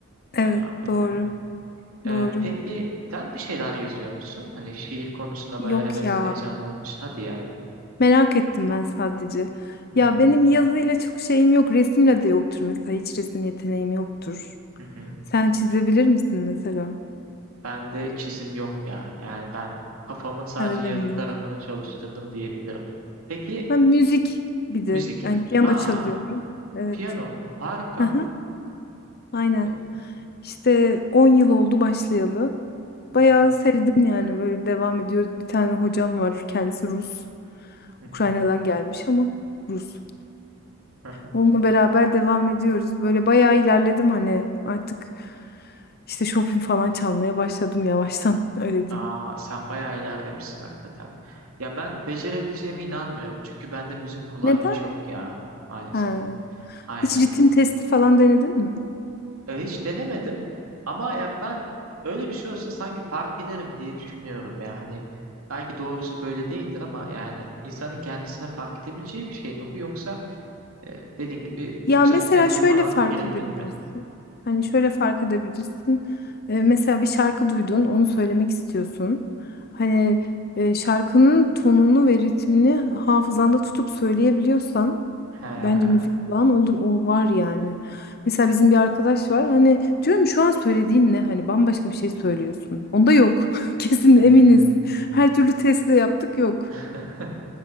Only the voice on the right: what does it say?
e, hakikaten.
E,
peki sen bir şeyler yazıyor musun? Hani şiir konusunda
bayağı heves,
heyecanlanmış. Hadi ya.
Hmm.
Hı hı.
Ben de çizim yok ya. Yani ben kafamın sadece
yazı
tarafını
çalıştırdım diyebilirim. Peki
müzik.
Aa,
piyano. Harika.
E,
hı
hı.
Hı hı.
Hı hı.
Aa,
sen bayağı ilerlemişsin hakikaten. Ya ben becerebileceğime inanmıyorum. Çünkü bende müzik kulağı
hiç yok ya maalesef.
Aynen.
E, hiç denemedim. Ama ya ben öyle bir şey olsa sanki fark ederim diye düşünüyorum ya. Hani belki doğrusu böyle değildir ama yani insanın kendisine fark edebileceği bir şey mi bu yoksa e, dediğin gibi
yoksa
bir teste
falan
girilmeli
mi?
He.
Hmm.
<laughs>